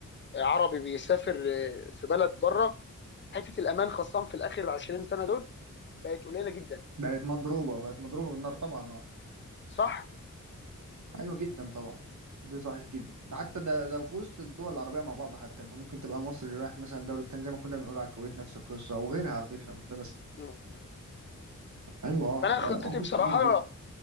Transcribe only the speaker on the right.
بقت مضروبه بقت مضروبه بالنار طبعا اه
ايوه جدا طبعا ده صحيح جدا حتى ده ده في وسط الدول العربيه مع بعض حتى انت ممكن تبقى مصري رايح مثلا دوله تانية زي ما كنا بنقول على الكويت نفس القصه وغيرها على فكره مش ده بس
ايوه آه،
ده
موجود
كتير جدا